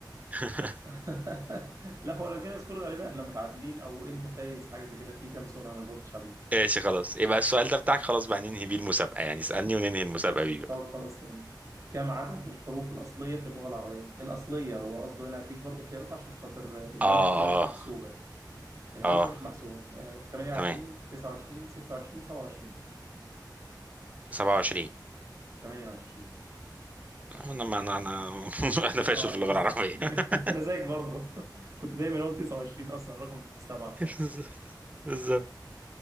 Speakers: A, on the right (about 20°); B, on the right (about 40°).
A: <laughs>
B: <laughs> لا هو لو جينا سكور غالبا احنا متعادلين او انت فايز حاجه زي كده في كام سؤال انا ما جاوبتش عليه
A: ماشي خلاص يبقى السؤال ده بتاعك خلاص بقى ننهي بيه المسابقة يعني اسألني وننهي المسابقة بيه بقى
B: طب خلاص تمام كم عدد الحروف الاصليه في اللغه العربيه الاصليه هو قصده هنا اديك برضو اختيارات عشان خاطر الهمزه
A: اه
B: كده مش محسوبه
A: اه
B: الهمزه
A: اه
B: مش محسوبه آه 28
A: تمام
B: 29 26 27
A: 27
B: 28
A: انا ما انا انا <laughs> انا
B: اه
A: فاشل في اللغة
B: ي-
A: العربية
B: ي- <laughs>
A: <laughs>
B: انا زيك برضو <laughs> كنت دايما اقول 29 اصلا رقم مستبعد خالص
A: بالظبط بالظبط